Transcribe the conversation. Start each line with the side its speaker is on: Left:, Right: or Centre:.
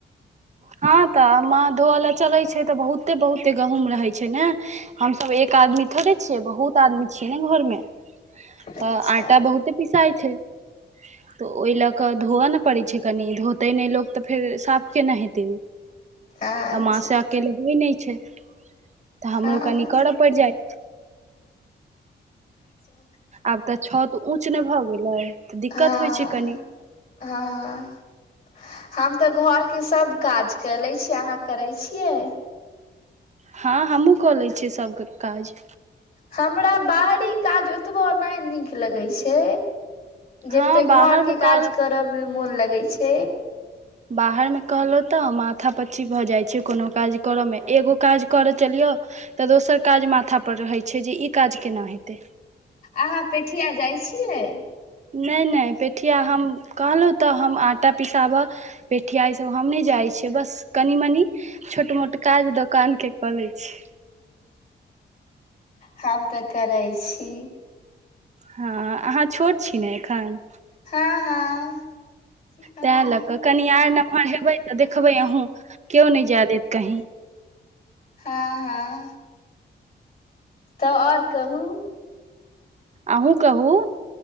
Right: हँ त माँ धोय ले चले छै त बहुते बहुते गहुँम रहे छै ने हमसब एक आदमी थोड़े छियै बहुत आदमी छियै ने घर में त
Left: अच्छा
Right: आटा बहुते पिसाइ छै त ओहि ल क धोव ने पड़ै छै कनि धोते नहि लोक तऽ् फेर साफ केना हेतै ओ
Left: अच्छा
Right: आ मास से अकेले होइ नहि छै त हमरो
Left: हँ
Right: कनि कर पड़ि जाइत
Left: <unintelligible>
Right: आब त छत ऊंच ने भ गेलै तऽ दिक्कत
Left: हँ
Right: होइ छै कनि
Left: हँ हम त घरके सभ काज क ले छीयै अहाँ करै छियै
Right: हँ हमहूँ कऽ लैत छियै सभके काज
Left: हमरा बाहरी काज ओतबो नहि नीक लगैत छै
Right: हँ
Left: जेते
Right: बाहरमे
Left: घर के
Right: कहल
Left: काज करब मे मोन लगै छै
Right: बाहर में कहलो त माथा पच्ची भ जाय छै कोनो काज करए में एगो काज करऽ चलियौ तऽ दोसर काज माथापर रहैत छै जे ई काज केना हेतै
Left: अहाँ पेठिया जाइ छियै
Right: ने ने पेठिया हम कहलहुँ तयं हम आटा पिसाबय पेठिया ई सब हम नहि जाइ छियै बस कनि मनी छोट मोट काज दोकान के कऽ ले छी
Left: हम तऽ करै छी
Right: हँ अहाँ छोट छी ने एखन
Left: हँ हँ हँ
Right: तैं लऽ कऽ कनि आर नमहर हेबै तऽ देखबै अहूँ केओ नहि जाय देत कहीं
Left: हँ हँ त ओर कहूँ
Right: अहूँ कहू